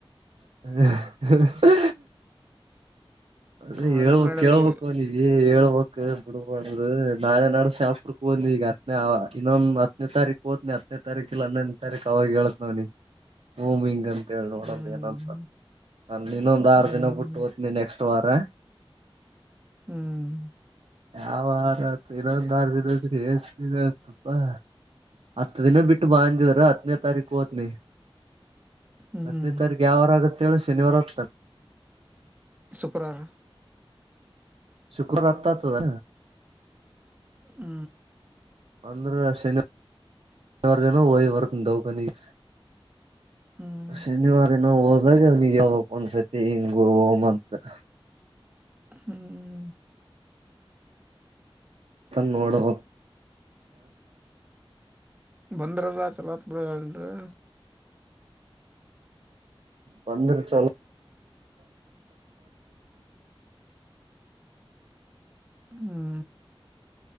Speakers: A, on the right (about 85°); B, on the right (about 15°).
A: <unintelligible> ರೀ
B: ಅವ
A: ಇ
B: ಇಲ್ಲಾಂದ್ರೆ ನಡೆಯಲ್ಲ
A: ಕೇಳ್ಬೇಕ್ಲಾ.
B: ಈಗ
A: ಎ ಹೇಳ್ಬಕ ಬಿಡ್ಬ ಅು ನಾಳೆ ನಾಡು ಶಾಪರ್ಕ್ ಬಂದಿ ಈಗ ನ ಇನ್ನೊಂದ ಹತ್ತನೇತಾರೀಕ ಒತ್ನಿ ಹತ್ತನೇ ತಾರೀಕ ಇ ಹೊನೇ ತಾರೀಕು ಅವಾಗ ಹ ಹೇಳತ್ ನ್ ನೀ ಓ ಮಿಂಗಲ್ <unintelligible> ನೋಡ
B: ಹ್ಮ್
A: ಏನಂತ ನಾನ ಇನ್ನೊಂದ ಆರ
B: ಹ್ಮ್
A: ದಿನ ಬಿಟ್ಟ ಹೊತ್ನಿ ನೆಕ್ಸ್ಟ್ ವಾರ
B: ಹ್ಮ.
A: <unintelligible> ಹತ್ತ ದಿನ ಬಿಟ್ಟ ಬಾ ಅಂದಿದ್ರ ಹತ್ತನೇ ತಾರೀಕ ಹೊತ್ನಿ.
B: ಹ್ಮ್
A: ಹತ್ತನೇ ತಾರೀಕ ಯಾವಾರ ಆಗತ್ತೆೇಳ ಶನಿವಾರ ಆಗತ್ತ.
B: ಶುಕ್ರಾರ.
A: ಶುಕ್ರರ್ ಅತ್ತಾತದ.
B: ಹ್ಮ.
A: ಅಂದ್ರ ಶನ ರ್ದನ ಓ ಬರ್ತನ ದವ್ಕನಿಗಿ
B: ಹ್ಮ್
A: ಶನಿವಾರಿನ್ ನಾ ಹೋದಾಗ ಅವ್ನಿಗ ಯಪ ಒಂದಸತಿ ಹಿಂಗ ಹೋಮ ಅಂತ
B: ಹ್ಮ.
A: ತ ನೋಡಬ
B: ಬಂದ್ರಲ್ಲ ಚಲೋತ ಬ ಳ
A: ಬಂದ್ರ ಚಲೋ.
B: ಹ್ಮ.